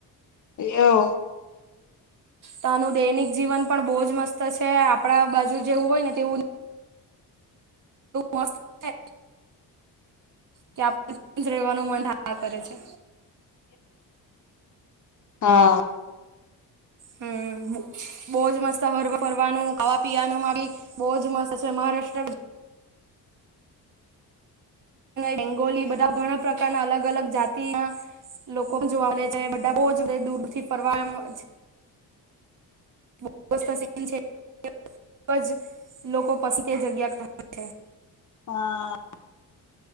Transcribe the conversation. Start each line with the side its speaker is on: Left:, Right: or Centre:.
Left: એવું
Right: તા નું દૈનિક જીવન પણ બોવ જ મસ્ત છે આપડા બાજુ જેવું હોય ને તેવું મસ્ત છે કે <inaudible> રહેવાનું મન થયા કરે છે.
Left: હા.
Right: હમ બોજ મસ્ત ફરવાનું ખાવા પીવાનું મા બી બોવ જ મસ્ત છે મહારાષ્ટ્ર બેંગોલી બધા ઘણા પ્રકારના અલગ અલગ જાતીના લોકો જોવા મળે છે બધા બો જ દૂરથી ફરવા આવે બ પસ છે <unintelligible> ખૂબ જ લોકો પાસે તે જગ્યા છે
Left: હા.